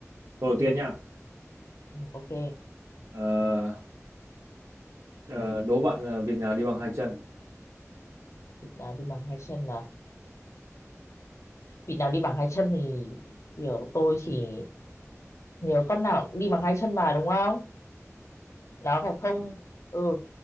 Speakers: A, on the right; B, on the left.
A: câu đầu
B: ừ,
A: tiên nha
B: ừ, ok.
A: Ờ, ờ, đố bạn là vịt nào đi bằng hai chân
B: Vịt nào đi bằng hai chân nào? Vịt nào đi bằng hai chân thì kiểu tôi chỉ nhớ con nào cũng đi bằng hai chân mà đúng không? Nó phải không? Ừ,